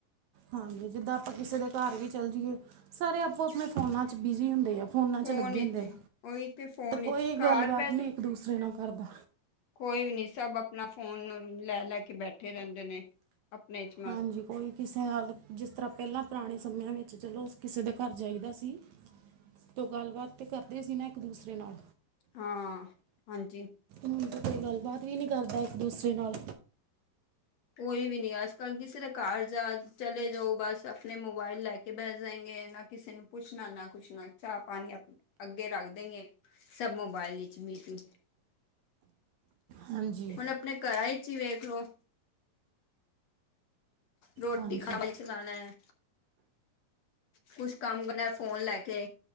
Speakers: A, on the right (about 70°); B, on the left (about 60°).
A: ਹਾਂਜੀ ਜਿੱਦਾਂ ਆਪਾਂ ਕਿਸੇ ਦੇ ਘਰ ਵੀ ਚੱਲ ਜਾਈਏ ਸਾਰੇ ਆਪੋ ਆਪਣੇ ਫੋਨਾਂ ਚ ਬਿਜੀ ਹੁੰਦੇ ਆ ਫੋਨਾਂ
B: ਫੋਨ
A: 'ਚ ਲੱਗੇ
B: ਵਿਚ
A: ਹੁੰਦੇ ਆ
B: ਉਹੀ ਤੇ ਫੋਨ ਵਿਚ
A: ਕੋਈ ਗੱਲਬਾਤ
B: ਘਰ ਬਹਿਜੋ
A: ਨਹੀਂ ਇੱਕ ਦੂਸਰੇ ਨਾਲ ਕਰਦਾ
B: ਕੋਈ ਵੀ ਨੀ ਸਭ ਆਪਣਾ ਫੋਨ ਲੈ ਲੈ ਕੇ ਬੈਠੇ ਰਹਿੰਦੇ ਨੇ ਆਪਣੇ ਚ ਮਸਤ
A: ਹਾਂਜੀ ਕੋਈ ਕਿਸੇ ਹੱਲ ਜਿਸ ਤਰ੍ਹਾਂ ਪਹਿਲਾਂ ਪੁਰਾਣੇ ਸਮਿਆਂ ਵਿੱਚ ਚਲੋ ਕਿਸੇ ਦੇ ਘਰ ਜਾਈਦਾ ਸੀ ਤੇ ਗੱਲਬਾਤ ਤੇ ਕਰਦੇ ਸੀ ਨਾ ਇੱਕ ਦੂਸਰੇ ਨਾਲ
B: ਹਾਂ ਹਾਂਜੀ
A: ਹੁਣ ਤਾਂ ਕੋਈ ਗੱਲਬਾਤ ਵੀ ਨਹੀਂ ਕਰਦਾ ਇੱਕ ਦੂਸਰੇ ਨਾਲ
B: ਕੋਈ ਵੀ ਨਹੀਂ ਅੱਜ ਕੱਲ ਕਿਸਰ ਕਾਰਜ ਚਲੇ ਜਾਓ ਬਸ ਆਪਣੇ ਮੋਬਾਇਲ ਲੈ ਕੇ ਬੈਠ ਜਾਏਗੇ ਨਾ ਕਿਸੇ ਨੂੰ ਪੁੱਛਣਾ ਨਾ ਕੁੱਛ ਨਾ ਚਾਹ ਪਾਣੀ ਅੱਗੇ ਰੱਖ ਦਗੇ ਸਭ ਮੋਬਾਇਲ ਲਈ ਹੁਣ
A: ਹਾਂਜੀ
B: ਆਪਣੇ ਘਰਾਂ ਵਿੱਚ ਹੀ ਵੇਖ ਲੋ ਰੋਟੀ
A: ਹਾਂਜੀ
B: ਖਾਣੀ ਚਬਾਣਾ ਲਾ ਕੁਛ ਕੰਮ ਕਰਨਾ ਫੋਨ ਲੈ ਕੇ